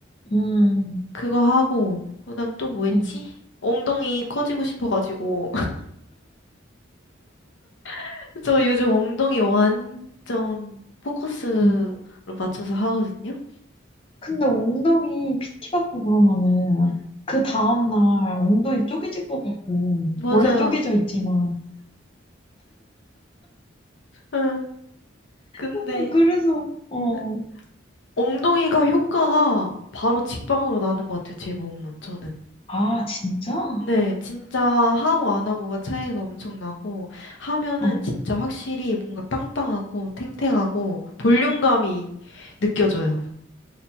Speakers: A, on the left; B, on the left.
A: 음,
B: 그거 하고, 그다음 또 뭐 했지?
A: 음,
B: 엉덩이 커지고 싶어가지고. <laughs> 저 요즘 엉덩이 완전 포커스로
A: 음.
B: 맞춰서 하거든요?
A: 근데 엉덩이 PT 받고 그러면은
B: 음.
A: 그 다음날 엉덩이 쪼개질 것 같고,
B: 맞아요.
A: 원래 쪼개져 있지만,
B: 응, 근데,
A: 약간 그래서, 어,
B: 응. 엉덩이가 효과가 바로 직방으로 나는 것 같아요. 제 몸은, 저는.
A: 아, 진짜?
B: 네, 진짜 하고 안 하고가 차이가 엄청 나고, 하면은
A: 어.
B: 진짜 확실히 뭔가 땅땅하고 탱탱하고 볼륨감이 느껴져요.